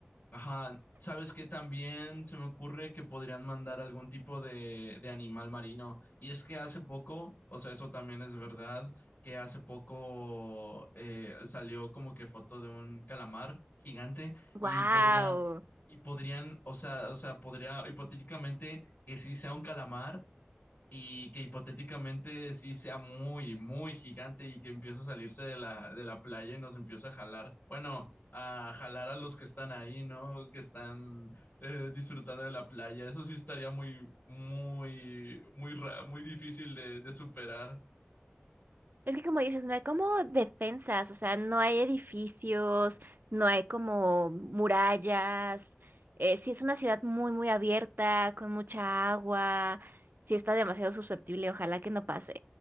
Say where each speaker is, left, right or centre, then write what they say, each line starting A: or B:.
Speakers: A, on the left; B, on the right.
A: Ajá, ¿sabes qué? También se me ocurre que podrían mandar algún tipo de, de animal marino. Y es que hace poco, o sea, eso también es verdad, que hace poco eh, salió como que foto de un calamar gigante y
B: ¡Wow!
A: podrían, y podrían, o sea, o sea, podría hipotéticamente que sí sea un calamar, y que hipotéticamente sí sea muy, muy gigante y que empiece a salirse de la, de la playa y nos empiece a jalar, bueno, a jalar a los que están ahí, ¿no? Que están eh, disfrutando de la playa. Eso sí estaría muy, muy, muy, ra- muy difícil de, de superar.
B: Es que como dices, no hay como defensas, o sea, no hay edificios, no hay como murallas. Eh, sí es una ciudad muy, muy abierta, con mucha agua. Sí está demasiado susceptible, ojalá que no pase.